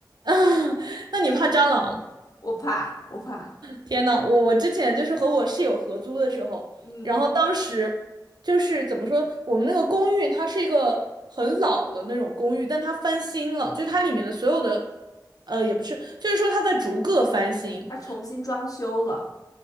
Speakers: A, on the right (about 65°); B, on the left (about 55°).
A: <laughs> 那你怕蟑螂？
B: 我怕，我怕，
A: 天呐，我我之前就是和我室友合租的时候，
B: 嗯，
A: 然后当时就是怎么说，我们那个公寓它是一个很老的那种公寓，但它翻新了，就是它里面的所有的，呃，也不是，就是说它在逐个翻新。
B: 它重新装修了，